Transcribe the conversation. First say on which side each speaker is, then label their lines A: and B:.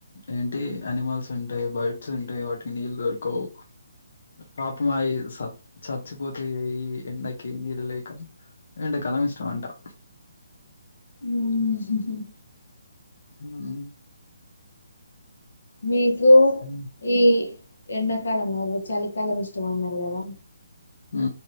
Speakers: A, on the left; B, on the left.
A: ఏంటి అనిమల్స్ ఉంటయి బర్డ్స్ ఉంటయి వాటికి నీళ్ళు దొరకవు. పాపమ స చచ్చిపోతే ఈ ఎన్నకి నీరు లేేకం ఎండకాలం ఇష్టమంటా
B: హ్మ్
A: హ
B: మీకు
A: ఉమ్,
B: ఈ ఎన్న కాలం కాదు చలికాలం ఇష్టమన్నారు గదా
A: ఉ